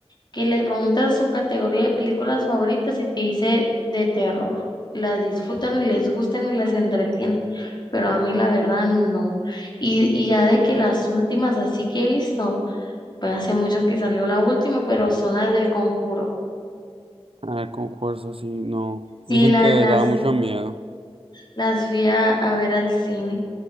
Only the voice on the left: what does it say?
que les preguntas su categoría de películas favoritas y te dice de terror. Las disfrutan y les gustan y las entretienen, pero a mí la verdad no. Y, y ya de que las últimas así que he visto, pues hace mucho que salió la última, pero son las del Conjuro.
Sí,
la-
las
Las fui a, a ver al cine.